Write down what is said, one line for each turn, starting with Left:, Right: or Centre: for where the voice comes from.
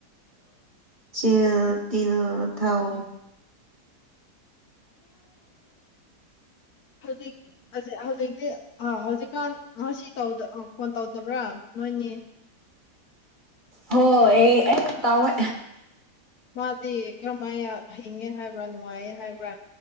Right: ꯆꯤꯜ ꯇꯤꯜ ꯊꯧ
Left: ꯍꯧꯖꯤꯛ ꯑꯖꯦ ꯍꯧꯖꯤꯛꯇꯤ ꯑꯥ ꯍꯧꯖꯤꯛꯀꯥꯟ ꯉꯁꯤ ꯇꯧꯗ ꯐꯣꯟ ꯇꯧꯗꯕ꯭ꯔꯥ ꯅꯣꯏꯅꯤ꯫
Right: ꯍꯣ ꯌꯦ ꯑꯦ ꯇꯧꯑꯦ꯫
Left: ꯃꯥꯗꯤ ꯀꯔꯝꯍꯥꯏꯅ ꯍꯤꯡꯉꯦ ꯍꯥꯏꯕ꯭ꯔꯥ ꯅꯨꯡꯉꯥꯏꯌꯦ ꯍꯥꯏꯕ꯭ꯔꯥ꯫